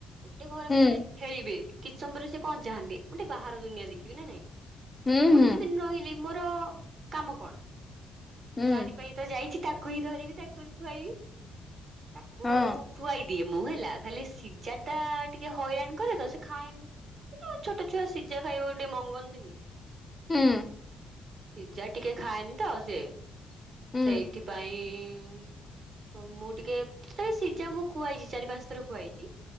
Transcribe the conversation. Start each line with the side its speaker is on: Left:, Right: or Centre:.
Right: ଗୋଟେ ଘର
Left: ହୁଁ
Right: ଭିତରେ ଖେଳିବେ କିଛି ସମୟପରେ ସେ କଣ ଚାହାନ୍ତି ମୁ ଟେ ବାହାର ଦୁନିଆ ଦେଖିବି ନା ନାଇଁ
Left: ହୁଁ
Right: ମୁଁ
Left: ହୁଁ
Right: ଯେତେ ଦିନ ରହି <unintelligible> ମୋର କାମ କଣ?
Left: ହୁଁ
Right: ତାରି ପାଇଁ ତ ଯାଇଚି ତାକୁ ହିଁ ଧରିବି ତାକୁ ହିଁ ଖୁଆଇବି। ତାକୁ
Left: ହଁ
Right: ଖୁଆଇ ଦିଏ ମୁଁ ହେଲା। ଖାଲି ସିଝା ଟା ଟିକେ ହଇରାଣ କରେ ତ ସେ ଖାଏନି କିନ୍ତ ଛୋଟ ଛୁଆ ସିଝା ଖାଇବାକୁ ଟିକେ ମଗନ୍ତିନି।
Left: ହୁଁ
Right: ସିଝା ଟିକେ ଖାଏନି ତ ସେ
Left: ହୁଁ
Right: ସେଇଥିପାଇଁ ମୁଁ ଟିକେ ତଥାପି ସିଝା ମୁଁ ଖୁଆଇଚି ଚାରି ପାଞ୍ଚ ଥର ଖୁଆଇଚି।